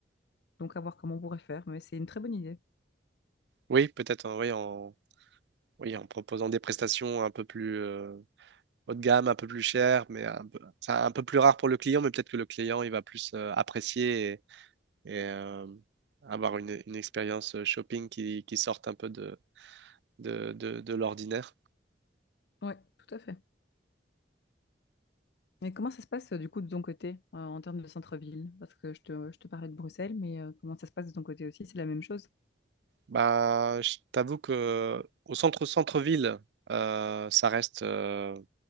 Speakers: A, on the left; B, on the right.
A: Donc à voir comment on pourrait faire, mais c'est une très bonne idée.
B: Oui, peut-être en, oui, en, oui, en proposant des prestations un peu plus euh, haut de gamme, un peu plus chères, mais un peu, ça, un peu plus rare pour le client, mais peut-être que le client, il va plus euh, apprécier et euh, avoir une, une expérience euh, shopping qui, qui sorte un peu de, de, de, de l'ordinaire.
A: Oui, tout à fait. Et comment ça se passe euh, du coup de ton côté euh, en termes de centre-ville? Parce que je te, je te parlais de Bruxelles, mais euh, comment ça se passe de ton côté aussi? C'est la même chose?
B: Bah, je t'avoue que au centre centre-ville, euh, ça reste euh,